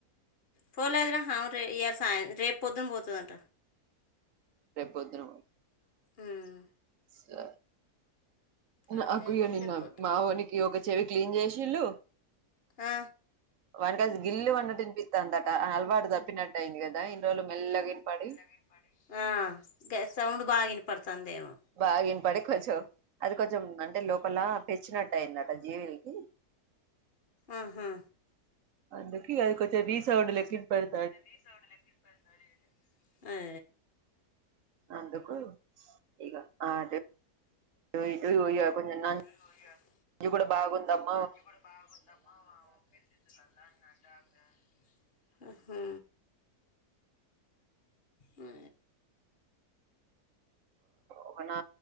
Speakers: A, on the left (about 40°); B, on the right (about 60°).
A: పోలేదురా హ రే ఇ సాయంత్రి రేపు పొద్దున్ పోతుదఅంట
B: రేపోద్దున్న
A: ఉమ్,
B: సరే నాకుయు
A: అంతే అన్నది
B: నిన్న
A: రేపు పొద్దున
B: మావోనికి ఒక చెవి క్లీన్ చేసిల్లు
A: ఆ,
B: వాని కది గిల్లు వన్నట్టు ఇనిపిత్తందట అలవాటు తప్పుప్పినట్టుయింది కదా ఇన్ని రోజులు మెల్లగా వినపడి
A: వినపడి ఆ గ సౌండ్ బాగ వినపడుతందేమో
B: బాగ వినపడి కొంచం అది కొంచెం అంటే లోపల పెచ్చినట్టు అయిందట జీవులకి
A: ఆహా
B: అందుకి అది కొంచెం రీసౌండ్ లెక్క వినపడి
A: రీ సౌండ్ లెక్క వినపడి అదే
B: అందుకు <unintelligible> ఇేయి కొ
A: సయా <unintelligible>
B: కూడా బాగుందమ్
A: ఇ కూడా బాగుందమ్మాఊ ప్రచతుల అడ <unintelligible> హా హా ఆ
B: ఒకనా